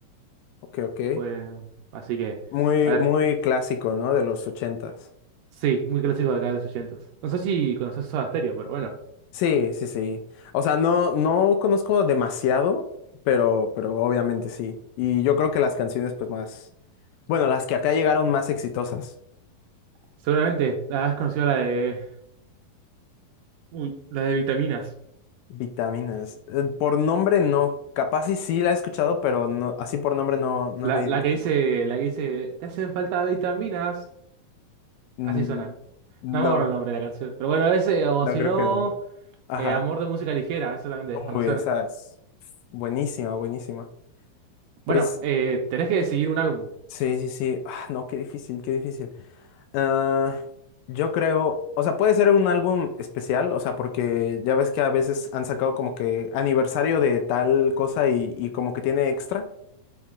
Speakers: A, on the left (about 80°); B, on the right (about 75°).
A: ok, ok.
B: Pues, así que,
A: Muy,
B: a ver,
A: muy clásico, ¿no? De los ochentas.
B: sí, muy clásico de acá de los 80. No sé si conoces Soda Stereo, pero bueno,
A: Sí, sí, sí. O sea, no, no conozco demasiado, pero, pero obviamente sí. Y yo creo que las canciones, pues más, bueno, las que acá llegaron más exitosas.
B: seguramente has conocido la de, uy, la de Vitaminas.
A: Vitaminas. Eh, Por nombre no. Capaz y sí la he escuchado, pero no, así por nombre no, no
B: La,
A: la identifico.
B: la que dice, la que dice, te hacen falta vitaminas.
A: Mm,
B: Así suena.
A: No,
B: No me acuerdo el nombre de la canción. Pero bueno, ese, o
A: no
B: si
A: creo
B: no,
A: que no. Ajá.
B: eh, Amor de música ligera, eso también de desconocer.
A: Uy, esa es buenísima, buenísima.
B: Bueno,
A: Pues
B: eh, tenés que decidir un álbum.
A: sí, sí, sí. Ah, no, qué difícil, qué difícil. Ah, yo creo, o sea, puede ser un álbum especial, o sea, porque ya ves que a veces han sacado como que aniversario de tal cosa y, y como que tiene extra.